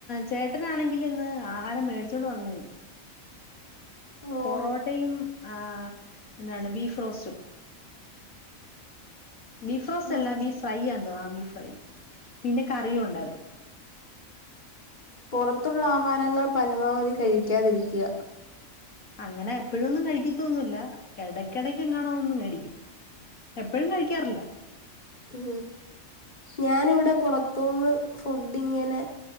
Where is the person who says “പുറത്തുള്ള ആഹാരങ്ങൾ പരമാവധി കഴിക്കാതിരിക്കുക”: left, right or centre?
Left